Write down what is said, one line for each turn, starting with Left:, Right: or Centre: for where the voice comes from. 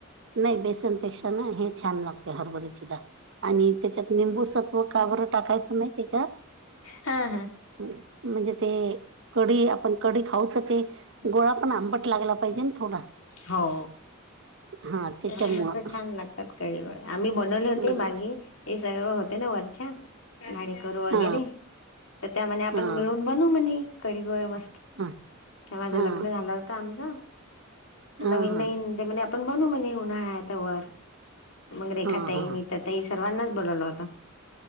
Right: नाही बेसनपेक्षा ना हे छान लागते हरभरीची आणि त्याच्यात निंबूसत्व काबर टाकायचं माहितीय का
Left: हां, हां.
Right: म्हणजे ते कढी आपण कडी खाऊ तर ते गोळा पण आंबट लागला पाहिजे थोडा.
Left: हो.
Right: हा त्याच्यामुळं
Left: मस छान लागतात कळी गोळे आम्ही बनवले होते
Right: हम्म.
Left: मागे येस सगळ होते ना वरच्या झाणेकरू वगैरे
Right: हा
Left: तर त्यामध्ये आपण
Right: हा
Left: मिळून बनू म्हणे कडी गोळे म
Right: हा
Left: माझं
Right: हा
Left: लग्न झालं होत आमचं
Right: हा
Left: नवीन
Right: हा
Left: नईन ते म्हणे आपण बनू म्हणि उन्हाळा त वर. मंगरेखा
Right: हा
Left: ताई मी तर तई सर्वांनाच बोलवलं होत